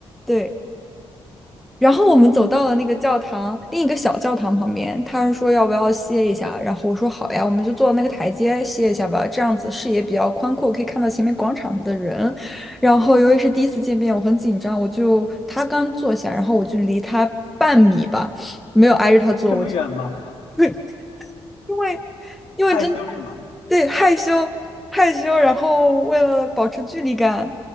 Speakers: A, in the centre; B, on the left.
A: 对，然后我们走到了那个教堂，另一个小教堂旁边，他是说要不要歇一下，然后我说好呀，我们就坐那个台阶歇一下吧，这样子视野比较宽阔，可以看到前面广场上的人。然后由于是第一次见面，我很紧张，我就他刚坐下，然后我就离他半米吧，没有挨着他坐，
B: 这么远吗？
A: 我就 <laughs> 对，因为因为真的
B: 害羞是吗？
A: 对害羞害羞，然后为了保持距离感，